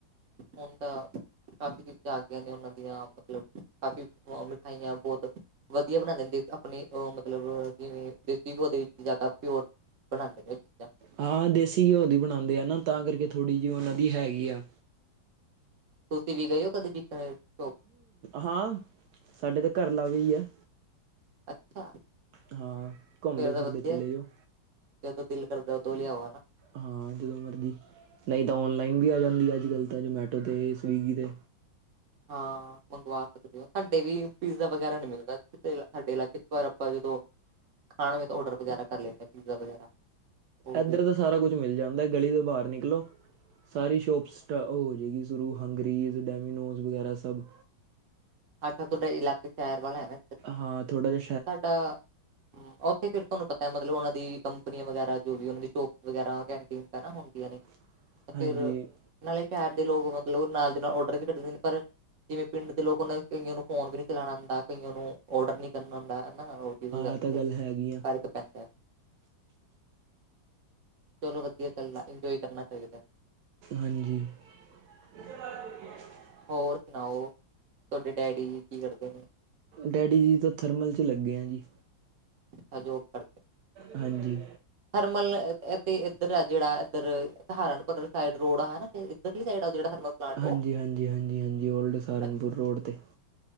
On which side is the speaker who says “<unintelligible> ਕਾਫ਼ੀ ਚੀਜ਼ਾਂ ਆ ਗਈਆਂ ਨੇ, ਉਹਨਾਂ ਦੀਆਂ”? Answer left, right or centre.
Right